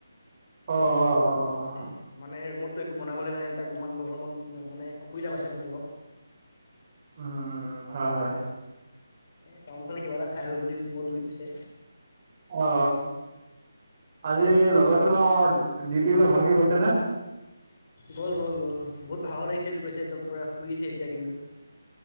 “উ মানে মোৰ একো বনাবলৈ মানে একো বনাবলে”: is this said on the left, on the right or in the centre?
Left